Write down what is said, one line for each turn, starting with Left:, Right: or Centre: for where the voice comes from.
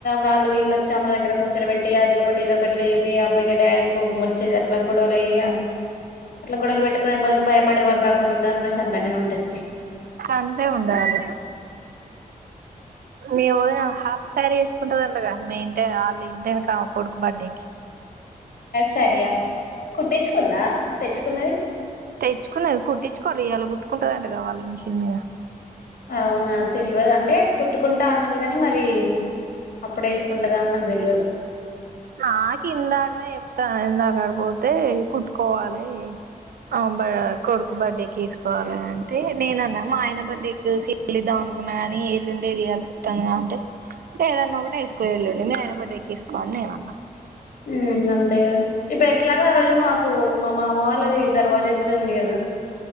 Left: వాళ్ళు వీళ్ళ వచ్చి అమ్మ దగ్గర ముచ్చడి పెెట్టి అది ఒకటి ఇది ఒకటి అప్పుక డాడీకి కోపముచ్చేది అట్ల కూడ అయ అట్ల గొడవలు పెట్టుకునే బదులు భయపడే ఎవరు రాకుంుండ అడు ప్రశాంతంగానే ఉంటది
Right: అంతే ఉండాలి మీ వదినా హాఫ్ సారీ వేసుకుంటదంటగా మీ ఇంటే వాళ్ళు ఇంటె ఆ కొడుకు బర్డేకి
Left: సరిగా కుట్టించుకుందా తెచ్చుకున్నది
Right: తెచ్చుకునేది కుట్టిచుకోవాలి ఇయాళ కుట్టుకుంటదంటగా వాళ్ళ మిషిన్ మీద
Left: అవున తెలవదు అంటే కుట్టుకుంటా అన్నది గాని మరి అప్పుడే వేసుకుంటద అని నాకు తెలియదు
Right: నాక్ ఇందాకనే చెప్తా ఇందాక అటు పోతే కుట్టుకోవాలి అమ్ బ కొడుకు బర్త్డేకి వేసుకోవాలె అంటే నేన్ అన్న మా ఆయన బర్త్డే కేసి వెళ్లిద్దాం అనుకున్నా గాని ఎల్లుండి ఏయాల్సి వస్తుుందింటే ఏదన్న ఒక టె వేసుకో ఎల్లుండి మీ ఆయన బర్త్డే కసుకో కామనేగ
Left: ఉమ్ అంతే కదా ఇప్పుడ్ ఎట్ల గొ ఆ రోజు మాకు మా మామ వాళ్ళది దర్వాజ ఎత్తుడి ఉంది కదా